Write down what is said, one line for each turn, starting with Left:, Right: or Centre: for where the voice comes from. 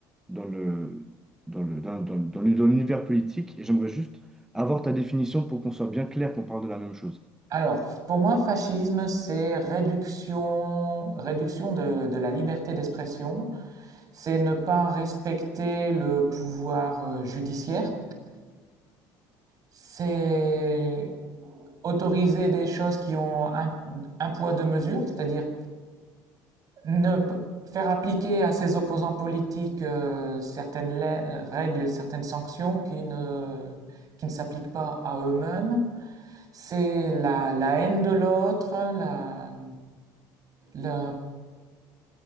Centre: dans le, dans le, dans, dans- dans le- dans l'univers politique. Et j'aimerais juste avoir ta définition pour qu'on soit bien clair qu'on parle de la même chose.
Right: Alors, pour moi, fascisme, c'est réduction, réduction de, de la liberté d'expression, c'est ne pas respecter le pouvoir euh, judiciaire, c'est autoriser des choses qui ont un, un poids, deux mesures, c'est-à-dire Ne p- faire appliquer à ses opposants politiques euh, certaines lai- règles et certaines sanctions qui ne, qui ne s'appliquent pas à eux-mêmes, c'est la, la haine de l'autre, la, la,